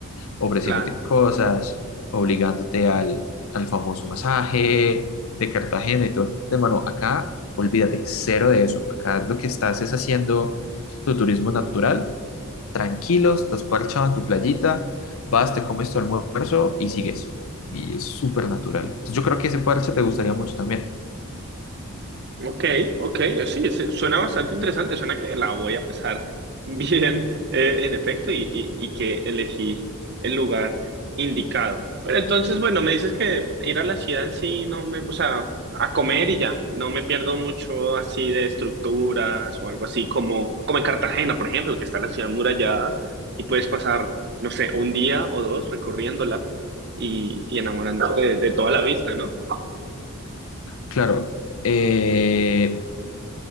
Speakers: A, on the left; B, on the right.
A: ofreciéndote
B: Claro.
A: cosas, obligándote al, al famoso masaje de Cartagena y todo el tema. No, acá olvídate, cero de eso. Acá lo que estás es haciendo tu turismo natural, tranquilo, estás parchado en tu playita, vas, te comes tu almuerzo y sigues. Y es súper natural. Entonces, yo creo que ese parche te gustaría mucho también.
B: Ok, ok, eh, sí, sí, suena bastante interesante, suena que la voy a pasar <laughs> bien, eh, en efecto, y, y- y que elegí el lugar indicado. Pero entonces, bueno, me dices que ir a la ciudad en sí, no me, o sea, a comer y ya, no me pierdo mucho así de estructuras o algo así como, como en Cartagena, por ejemplo, que está la ciudad murallada y puedes pasar, no sé, un día o dos recorriéndola y, y enamorándote de, de toda la vista, ¿no?
A: Claro, eh,